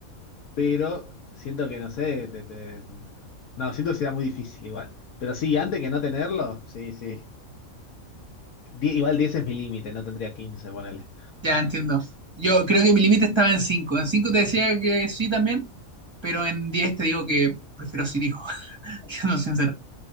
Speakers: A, on the left; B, on the right.
A: pero siento que, no sé, te- te- no, siento que sería muy difícil igual. Pero sí, antes que no tenerlo, sí, sí. Die- igual diez es mi límite, no tendría quince, ponele.
B: Ya entiendo. Yo creo que mi límite estaba en 5. En 5 te decía que sí también, pero en 10 te digo que prefiero sin hijo, <laughs> siendo sincero.